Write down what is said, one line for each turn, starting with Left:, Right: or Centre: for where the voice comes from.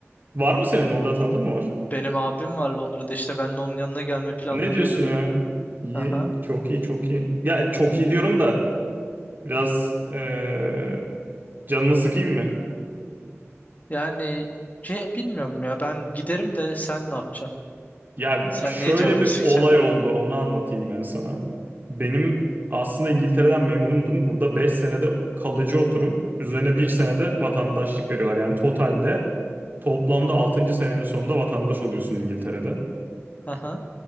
Right: Var mı senin Londra tanıdığın mı var?
Left: Benim abim var Londra'da işte ben de onun yanına gelme planları
Right: Ne diyorsun
Left: yapıyorum.
Right: ya? İyi,
Left: Aha.
Right: çok iyi, çok iyi. Ya çok iyi diyorum da biraz eee, canını sıkayım mı?
Left: Yani ce- bilmiyorum ya ben giderim de sen ne yapacaksın?
Right: Ya
Left: Sen
Right: şöyle
Left: niye canımı
Right: bir
Left: sıkacaksın?
Right: olay oldu onu anlatayım ben sana. Benim aslında İngiltere'den memnundum. Burada 5 senede kalıcı oturum. Üzerine bir senede vatandaşlık veriyorlar. Yani totalde toplamda altıncı senenin sonunda vatandaş oluyorsun İngiltere'de.
Left: Aha.